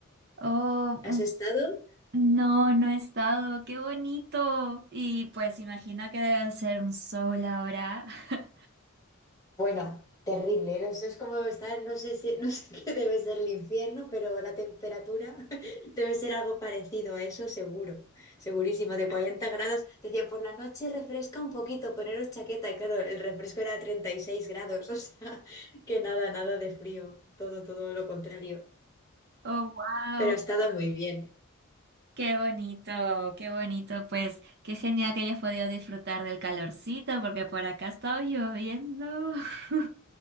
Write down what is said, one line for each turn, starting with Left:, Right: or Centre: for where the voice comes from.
Right: Oh,
Left: ¿Has
Right: mm,
Left: estado?
Right: no, no he estado, qué bonito. Y pues imagino que debe ser un sol ahora. <laughs>
Left: Bueno, terrible, ¿no? Eso es como estar, no sé si, no sé <laughs> qué debe ser el infierno, pero la temperatura <laughs> debe ser algo parecido a eso, seguro, segurísimo, de 40 grados. Decían, por la noche refresca un poquito, poneros chaqueta, y claro, el refresco era 36 grados, <laughs> o sea, que nada, nada de frío, todo, todo lo contrario.
Right: Oh, wow,
Left: Pero ha estado muy bien.
Right: qué bonito, qué bonito. Pues qué genial que hayas podido disfrutar del calorcito, porque por acá ha estado lloviendo. <laughs>